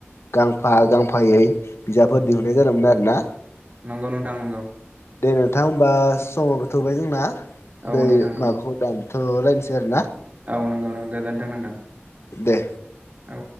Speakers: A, on the left; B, on the right.
A: गां फा गांफायै बिजाबफोर दिहुननाय जादोंमोन आरो ना।
B: नंगौ नोंथां नंगौ।
A: दे नोंथां होमबा समावबो थौबाय जोंना
B: औ
A: दै
B: नोंथां नंगौ
A: माबाखौ दानथ'लायनोसै आरोना
B: औ नंगौ न गोजोनथों नोंथां
A: दे।
B: औ।